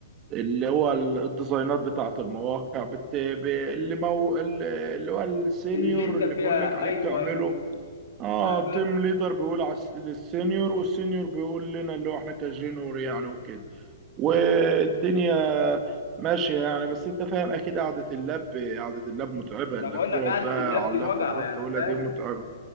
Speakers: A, on the right; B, on the left.
A: اللي هو ال- الديزاينات بتاعة المواقع بت... ب- اللي مو... ال- اللي هو السينيور
B: اللي انت
A: اللي
B: فيها
A: بيقول لك عليه
B: ايوه
A: بتعمله
B: ايوه
A: اه
B: ما انا فاهم
A: تيم ليدر بيقول على الس- للسينيور والسينيور بيقول لنا اللي هو احنا كجينور يعني وكده والدنيا ماشية يعني بس انت فاهم اكيد قعدة اللاب قعدة اللاب متعبة
B: انا
A: انك
B: بقول
A: تقعد
B: لك قعده
A: بقى
B: اللاب
A: على
B: دي
A: اللاب
B: وجع
A: فترات
B: يعني
A: طويلة
B: فاهم
A: دي متعبة